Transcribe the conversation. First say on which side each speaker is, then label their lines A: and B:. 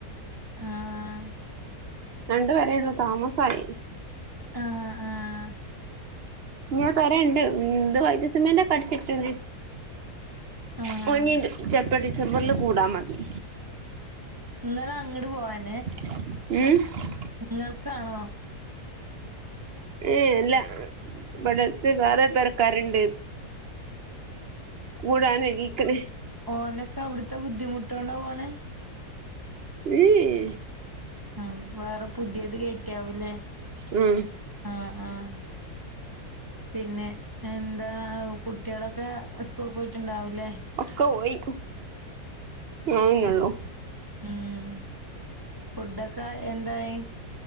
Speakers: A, on the right (about 15°); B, on the right (about 45°).
A: ആഹ് ആഹ്
B: രണ്ടുപേരേയുള്ളൂ താമസായി
A: ആഹ് ആഹ്
B: ഞാ പെരേ കണ്ട് മ്മ് ഇന്ന് വൈറ്റ് സിമിന്റ് ഒക്കെ അടിച്ചിട്ടത്
A: ആഹ്
B: പൊന്നീണ്ട് ചെലപ്പം ഡിസംബറില് കൂടാ മതി
A: നിങ്ങള് അങ്ങട് പോവാന്
B: <unintelligible>
A: നിങ്ങൾക്കാണോ
B: ഏഹ് ഇല്ല ഇവിടത്ത് വേറെ പെരക്കാരുണ്ട് കൂടാന് എനിക്കന്
A: ഓനൊക്കെ അവിടുത്തെ ബുദ്ധിമുട്ട് കൊണ്ടാ പോണേ
B: ഉം <unintelligible>
A: ഉം വേറെ പുതിയത് കേറ്റിയാവൂലേ
B: ഉം
A: ആഹ് ആഹ് പിന്നെ എന്താ കുട്ടികളൊക്കെ സ്കൂൾ പോയിട്ടുണ്ടാവൂല്ലേ
B: ഒക്കെ പോയി ഞാൻ തന്നെയുള്ളൂ
A: ഉം ഫുഡൊക്കെ എന്തായി